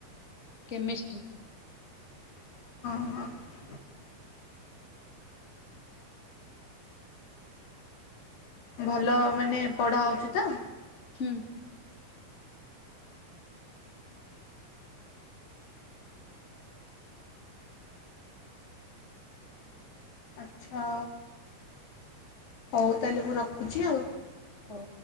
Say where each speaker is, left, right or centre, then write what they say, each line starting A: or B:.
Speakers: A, on the left; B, on the left.
A: କେମେଷ୍ଟ୍ରୀି।
B: ହଁ, ହଁ। ଭଲ ମାନେ ପଢା ହଉଛି ତ?
A: ହୁଁ।
B: ଆଚ୍ଛା ହଉ ତା ହେଲେ ମୁଁ ରଖୁଛି ଆଉ।
A: ହଉ।